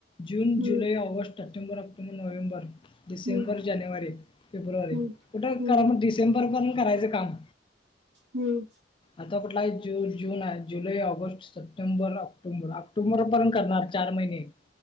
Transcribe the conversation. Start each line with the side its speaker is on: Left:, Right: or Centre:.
Left: जून,
Right: हम्म
Left: जुलै, ऑगस्ट, सटेंबर, ऑक्टोबर, नोव्हेंबर. डिसेंबर,
Right: हम्म
Left: जानेवारी, फेब्रुवारी
Right: हम्म
Left: कुठ
Right: हम्म
Left: कार डसेंबर प... करायचं काम...
Right: हम्म..
Left: आता कुठला आहे जून, जून आहे जुलै, ऑगस्ट, सप्टेंबर, ऑक्टोबर, ऑक्टोबर पन करणार चार महि... <inaudible>